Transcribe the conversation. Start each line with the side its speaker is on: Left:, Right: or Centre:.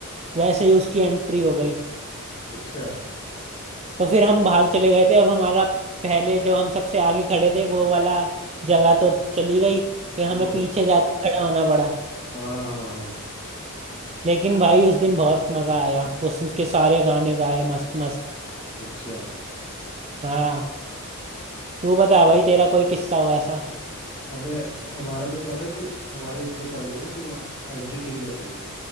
Right: वैसे ही उसकी एंट्री हो गई
Left: अच्छा
Right: तो फिर हम बाहर चले गए थे अब हमारा पहले जो हम सबसे आगे खड़े थे वो वाला जगह तो चली गई फिर
Left: ओह,
Right: हमें पीछे जाके खड़ा होना पड़ा
Left: हाँ हाँ हाँ हाँ
Right: लेकिन भाई उस दिन बहुत मजा आया उसके सारे गाने गाए मस्त मस्त
Left: अच्छा
Right: हाँ तू बता भाई तेरा कोई किस्सा हो ऐसा
Left: अब मैं हमारा तो क्या था कि हमारे जो कॉलेज है तो वहाँ एंट्री फ्री रहती है